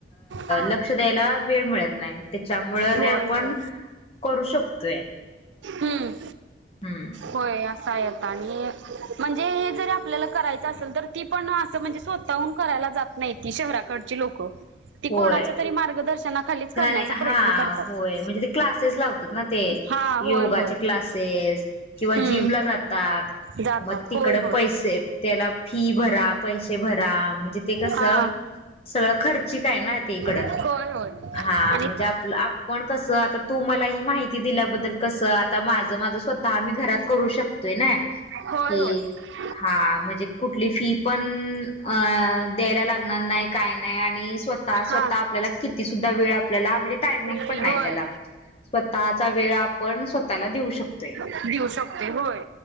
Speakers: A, on the right; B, on the left.
A: हा
B: लक्ष द्यायला वेळ मिळत नाही, त्याच्यामुळे
A: होय
B: आपण
A: होय
B: करू शकतोय.
A: हम्म,
B: हम्म
A: होय या काय आता आणि म्हणजे हे ज आपल्याला करायचं असेल तर, ती पण अस म्हणजे स्वतःहून कराय जात नाही ती शहराकडची लोकं, ती कोणाच्यातरी
B: होय
A: मार्गदर्शनाखालीच करण्याचा
B: नाही
A: प्रयत्न
B: हा
A: करतात
B: होय ती क्लासेस लावताना ते
A: हा होय
B: योगाचे
A: होय
B: क्लासेस किंवा जिम.
A: हम्म
B: जिमला जातात
A: जातात
B: मग तिकड
A: होय होय
B: पैसे त्याला फी भरा पैसे भरा म्हणजे ते कसं
A: हा
B: सगळं खर्चिकना ते इकड
A: होय होय
B: हा
A: आणि
B: म्हणजे आपलं आपण कसं आता तू मला ही माहिती दिल्याबद्दल कसं आता माझं माझं स्वतः आम्ही घरात करू शको <unintelligible> शकतोय ना
A: होय
B: की
A: होय.
B: हा म्हणजे कुठली फी पण अ द्यायला लागणार नाही काय नाही आणि स्वतः
A: हा
B: स्वतः आपल्याला किती सुद्धा वेळ आपल्याला म्हणजे टायमिंग
A: होय
B: पण नाही त्याला स्वतःचा वेळ आपण स्वतःला देऊ शकतोय.
A: देऊ शकते होय